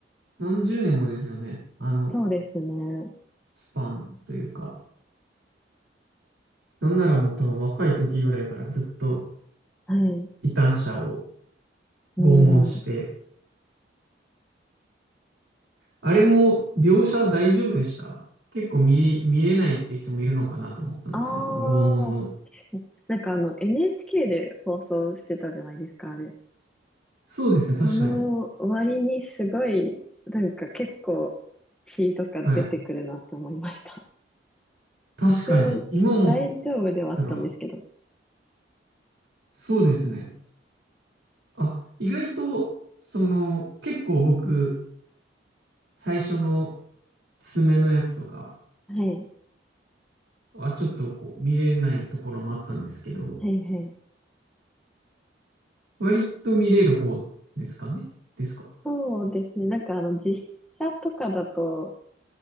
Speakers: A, on the right; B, in the centre.
A: 何十年もですよね。あの、
B: そうですね。
A: スパンというか。なんならもう多分若い時ぐらいからずっと
B: はい。
A: 異端者を
B: うん。
A: 拷問して。あれも描写大丈夫でした結構見、見れないっていう人もいるのかなと思ったんですね。
B: あ
A: この拷問の。
B: あ、確かに。なんかあの NHK で放送してたじゃないですか、あれ。
A: そうですね、
B: その割にすごい、
A: 確かに。
B: なんか結構血とか出てくるなって思いました。
A: はい。確かに。
B: 一応大丈夫ではあったんですけど。
A: 今思たら、そうですね。あ、意外と、その、結構僕、最初の爪のやつとか
B: はい。
A: はちょっとこう見れないところもあったんですけど、
B: はいはい。
A: 割と見れる方ですかねですか
B: そうですね。なんかあの実写とかだと、